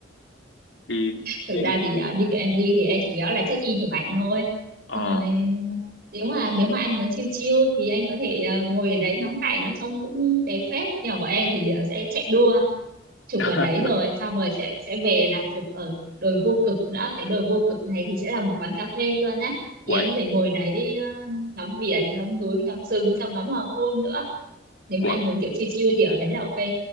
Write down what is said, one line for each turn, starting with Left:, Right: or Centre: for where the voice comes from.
Left: thì
Right: thực
Left: thì anh
Right: ra thì à, như kiểu em đi thì em chủ yếu là check in chụp ảnh thôi
Left: ờ
Right: xong rồi à, nếu mà nếu mà anh muốn chill chill thì anh có thể à, ngồi ở đấy ngắm cảnh trông cũng đẹp phết nhưng mà bọn em thì à, sẽ chạy đua chụp
Left: <laughs>
Right: ở đấy rồi xong rồi sẽ sẽ về là chụp ở đồi vô cực nữa cái đồi vô cực này thì sẽ là một quán cà phê luôn á thì
Left: Uầy,
Right: anh có thể ngồi đấy ờ, ngắm biển ngắm núi ngắm rừng xong ngắm hoàng hôn nữa nếu mà
Left: uầy.
Right: anh muốn kiểu chill chill thì ở đấy là ok